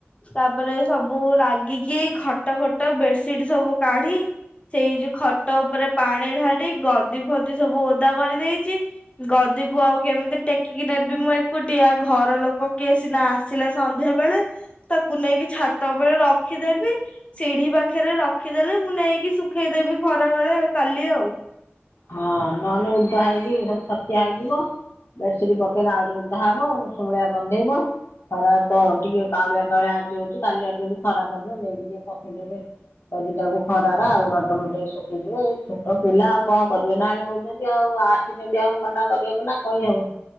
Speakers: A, on the left; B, on the left.
A: ତାପରେ ସବୁ ରାଗିକି ଖଟ ଫଟ ବେଡସିଟ୍ ସବୁ କାଢ଼ି ସେଇ ଯୋଉ ଖଟ ଉପରେ ପାଣି ଢାଡ଼ି ଗଦି ଫଦି ସବୁ ଓଦା କରିଦେଇଚି। ଗଦିକୁ ଆଉ କେମିତି ଟେକିକି ନେବି ମୁଁ ଏକୁଟିଆ ଘର ଲୋକ କିଏ ସିନା ଆସି ଆସିଲେ ସନ୍ଧ୍ୟା ବେଳେ ତାକୁ ନେଇକି ଛାତ ଉପରେ ରଖିଦେବି ସିଢି ପାଖରେ ରଖିଦେଲେ ମୁଁ ନେଇକି ଶୁଖେଇଦେବି ଖରା ବେଳେ କାଲି ଆଉ।
B: ହଁ ନହେଲେ ଉଦା ହେଇକି ସବୁ ଛତିଆ ହେଇଯିବ। ବେଡସିଟ ପକେଇଲେ ଆହୁରି ଉଧା ହବ ଉଷମଳିଆ ଗନ୍ଧେଇବ। ଖରା ତ ଟିକେ କାଳୁଆ କାଳୁଆ ଆଜି ହଉଛି କାଲିି ଆଡ଼େ ଟିକେ ଖରା ଦବ ନେଇକି ଟିକେ ପକେଇଦେବେ। ଗଦିଟାକୁ ଖରାର ଆଉ ରଡ ମଡକି ଶୁଖିଯିବ ଏଇ ଛୋଟ ପିଲା ଆଉ। କଣ କରିବେ ଢାଳି ଦଉଛନ୍ତି ଆଉ ଆସିଛନ୍ତି ଆଉ ମନା କରିହବ ନା କହିହବ।